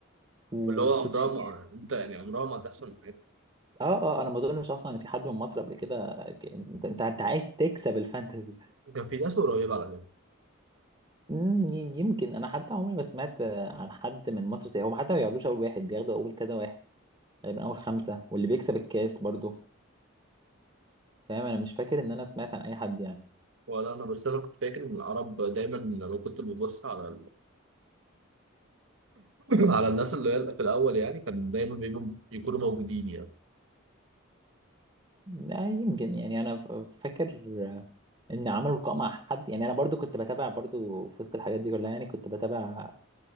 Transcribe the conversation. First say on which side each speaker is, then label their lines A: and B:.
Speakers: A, on the right; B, on the right.
A: وكوتشيات
B: واللي هو عمرها ما يعني، انت يعني عمرها ما هتحصل معاك.
A: اه اه انا ما اظنش اصلا ان في حد من مصر قبل كده كان- انت انت انت عايز تكسب الفانتزي
B: كان في ناس قريبة على فكرة
A: مم، ي- يمكن انا حتى عمري ما سمعت آه، عن حد من مصر زي هم حتى ما بياخدوش اول واحد بياخدوا اول كذا واحد تقريبا اول خمسه واللي بيكسب الكاس برضو فاهم انا مش فاكر ان انا سمعت عن اي حد يعني
B: ولا انا بس انا كنت فاكر ان العرب دايما لما كنت ببص على على الناس اللي هي في الاول يعني كان دايما بيبقوا يكونوا موجودين يعني
A: لا يمكن يعني انا ف- فاكر ان عملوا لقاء مع حد يعني انا برضو كنت بتابع برضو في وسط الحاجات دي كلها يعني كنت بتابع